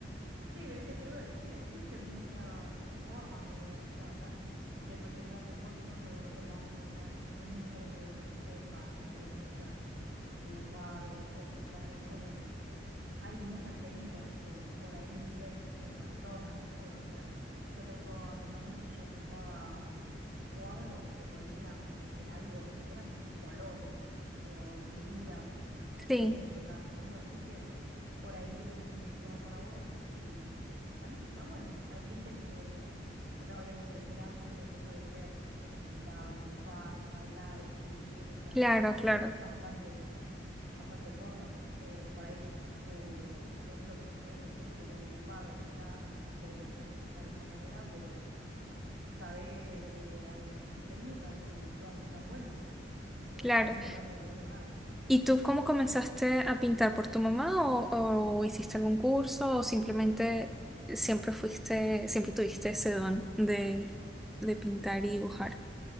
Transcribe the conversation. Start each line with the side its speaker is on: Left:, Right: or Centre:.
Right: sí, ves que te iba a decir, existen muchas formas de demostrar, o sea, de proyectar, mejor dicho, el arte. No, no es necesario que sepas, entre comillas, dibujar o, o pintar. Es como que hay muchas técnicas que por ahí ni siquiera incluyen personas, ¿viste? O sea, yo tengo a mi mamá que ella pintaba. cuadros que por ahí eran como escenarios, que eran colores, ¿viste? O figuras
Centre: Sí,
Right: geométricas o cosas así que por ahí tienen un significado para vos y también está bueno. Hay gente que, o sea, obviamente el arte puede ser, o sea, pintar, dibujar, bailar, escribir, o sea,
Centre: claro,
Right: tenés
Centre: claro,
Right: bastantes, bastantes formas. Eh, por ahí tú lo, lo que quisieras hacer sería dibujar o pintar, porque te gusta proyectar de esa manera, pero sabe que hay muchas técnicas y todas están buenas. Eh,
Centre: claro.
Right: puedes empezar por cualquier lado.
Centre: ¿Y tú cómo comenzaste a pintar por tu mamá o, o hiciste algún curso o simplemente siempre fuiste, siempre tuviste ese don de, de pintar y dibujar?